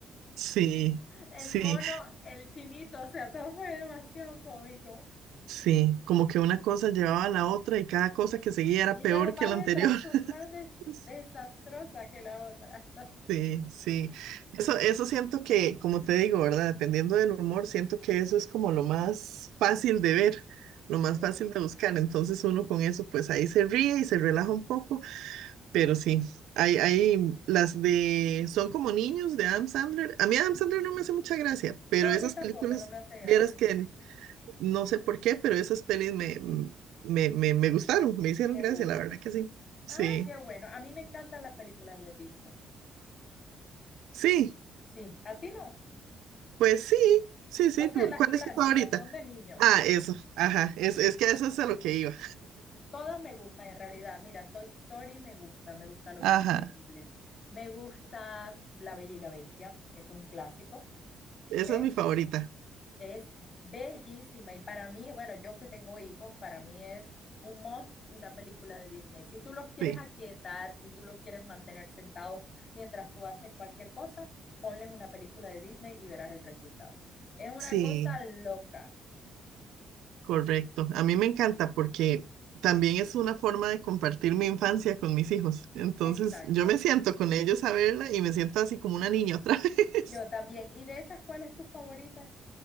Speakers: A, on the right (about 90°); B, on the left (about 45°).
A: Sí,
B: El
A: sí,
B: mono, el chinito, o sea, todo fue demasiado cómico.
A: sí. Como que una cosa llevaba a la otra y cada cosa que seguía era
B: Y
A: peor
B: era más,
A: que la
B: detraso-
A: anterior.
B: más de-
A: <laughs>
B: desastrosa que la otra.
A: Sí, sí. Eso, eso siento que, como te digo, ¿verdad? Dependiendo del humor, siento que eso es como lo más fácil de ver, lo
B: Sí.
A: más fácil de buscar. Entonces uno con eso, pues ahí se ríe y se relaja un poco. Pero sí, hay, hay las de Son como niños de Adam Sandler. A mí Adam Sandler no me hace mucha gracia, pero
B: No, a
A: esas
B: mí tampoco,
A: películas,
B: no me hace gracia.
A: vieras que no sé por qué, pero esas pelis me, me, me, me gustaron, me hicieron
B: ¿Te
A: gracia,
B: gusta?
A: la verdad que sí.
B: Ah,
A: Sí,
B: qué bueno. A mí me encantan las películas de Disney.
A: sí,
B: Sí. ¿A ti no?
A: pues sí, sí, sí.
B: O sea,
A: pero
B: las
A: ¿Cuál
B: clásicas
A: es tu favorita?
B: son de niño.
A: Ah,
B: Mira,
A: eso, ajá, es, es que eso es a lo que iba.
B: todas me gustan en realidad. Mira, Toy Story me gusta, me gusta Los Increíbles.
A: Ajá,
B: Me gusta La Bella y la Bestia, es un clásico, ¿ok?
A: esa es mi favorita.
B: Es bellísima y para mí, bueno, yo que tengo hijos, para mí es un must una película de Disney. Si tú los quieres
A: Sí,
B: aquietar, si tú los quieres mantener sentados mientras tú haces cualquier cosa, ponles una película de Disney y verás el resultado. Es una
A: sí.
B: cosa loca.
A: Correcto. A mí me encanta porque también es una forma de compartir mi infancia con mis hijos. Entonces,
B: Exacto.
A: yo me siento con ellos a verla y me siento así como una niña otra <laughs> vez.
B: Yo también. ¿Y de esas cuál es tu favorita?